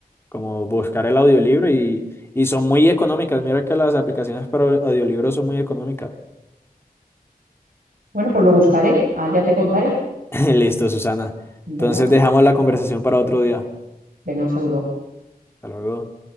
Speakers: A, on the left (about 15°); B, on the right (about 65°).
A: como buscar el audiolibro y, y son muy económicas. Mira que las aplicaciones para au- audiolibros son muy económicas.
B: Bueno, pues lo buscaré. Ah, ya te contaré.
A: <laughs> Listo, Susana.
B: Venga,
A: Entonces dejamos la conversación para otro día.
B: venga, un saludo.
A: Hasta luego.